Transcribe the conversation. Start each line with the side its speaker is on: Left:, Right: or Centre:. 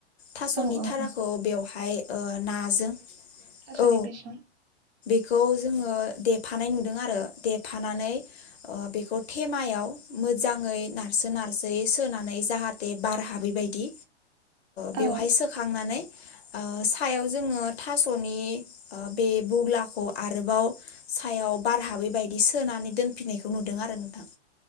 Left: थास'नि
Right: औ औ
Left: थाराखौ
Right: औ
Left: बेवहाय नाजों
Right: थसनि
Left: औ
Right: बेसन
Left: बेखौ जोङो देफानाय नुदों आरो देफानानै बेखौ थेमायाव मोजाङै नारसोन नारसोयै सोनानै जाहाथे बार हाबै दि बेवहाय
Right: औ
Left: सोखांनानै ओ सायाव जोङो थास'नि बे बुग्लाखौ आरोबाव सायाव बार हाबै बायदि सोनानै दोनफिननायखौ नुदों आरो नोंथां